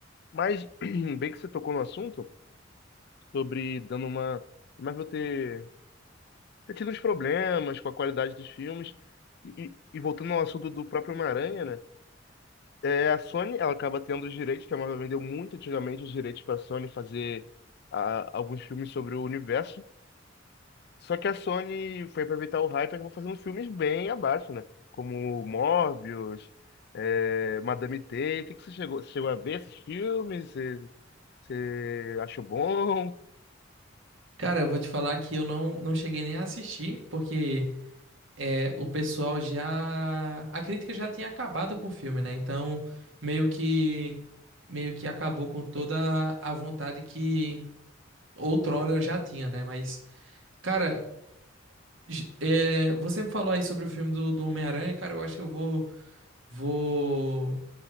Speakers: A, on the left; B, on the right.
A: Mas, <clears throat> bem que você tocou no assunto, sobre dando uma... Mas vou ter. ter tido uns problemas com a qualidade dos filmes. E, e e voltando ao assunto do próprio Homem-Aranha, né? É, a Sony, ela acaba tendo os direitos, que a Marvel vendeu muito antigamente os direitos para a Sony fazer ah, alguns filmes sobre o universo. Só que a Sony foi aproveitar o hype e acabou fazendo filmes bem abaixo, né? Como Morbius, é, Madame Teia. O que, que você chegou, você chegou a ver esses filmes? Você, você achou bom?
B: Cara, eu vou te falar que eu não, não cheguei nem a assistir, porque é, o pessoal já. A crítica já tinha acabado com o filme, né? Então, meio que. Meio que acabou com toda a vontade que outrora eu já tinha, né? Mas. Cara, J- é, você falou aí sobre o filme do, do Homem-Aranha, cara. Eu acho que eu vou, vou